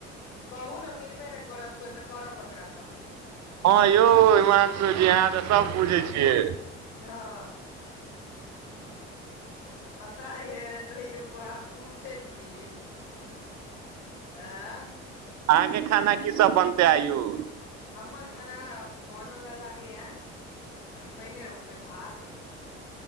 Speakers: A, on the left (about 70°); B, on the right (about 55°).
A: कहू न मिलबे नै करत कोई तऽ करब ककरा स।
B: हँ यौ हिमांशु जी! अहाँ तऽ सब बुझै छियै।
A: हँ। तऽ पता य, तयौ आहा पूछे छी। आ।
B: अहाँके खाना की सब बनते आय यों?
A: हम्मर खाना बनल लागे य। अभी बेने रहलै, भात,